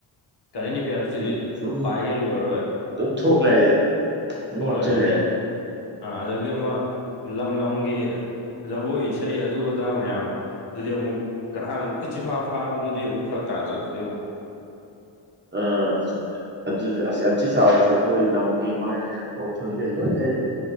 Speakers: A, on the left; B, on the right.
A: ꯀꯔꯦꯟ ꯑꯦꯐꯤꯌꯥꯔꯁꯁꯤꯗꯤ
B: ꯎꯝ ꯁꯨꯝ
A: ꯄꯥꯏꯈꯩ ꯂꯣꯏꯔꯔꯣꯏ
B: ꯑꯗꯨꯝ ꯊꯣꯛꯂꯛꯑꯦ ꯑꯗꯨꯝ
A: ꯊꯣꯛ
B: ꯍꯥꯞꯆꯜꯂꯦ
A: ꯂꯩꯔꯅꯤ ꯑꯥ ꯑꯗꯒꯤ ꯑꯃ ꯂꯝ ꯂꯝꯒꯤ ꯖꯒꯣꯏ ꯏꯁꯩ ꯑꯗꯨ ꯑꯗꯥ ꯃꯌꯥꯝ ꯑꯗꯨꯗꯤ ꯑꯃꯨꯛ ꯀꯅꯥꯅ ꯂꯣꯏ ꯆꯤꯟꯐꯥ ꯐꯥꯕꯗꯨꯗꯤ ꯑꯃꯨꯛ ꯐꯔꯛ ꯇꯥꯗ꯭ꯔꯥ ꯑꯗꯨꯗꯤ ꯑꯃꯨꯛ
B: ꯑꯥ ꯆꯨꯝꯃꯦ ꯑꯗꯨꯗꯤ ꯑꯁ ꯌꯥꯝ ꯊꯤ ꯁꯥꯔꯦ ꯖꯒꯣꯏ ꯂꯝꯒꯤ ꯃꯥꯒꯤ ꯍꯧꯔꯛꯐꯝꯗꯩ ꯀꯩ ꯂꯣꯏ ꯂꯩꯔꯦ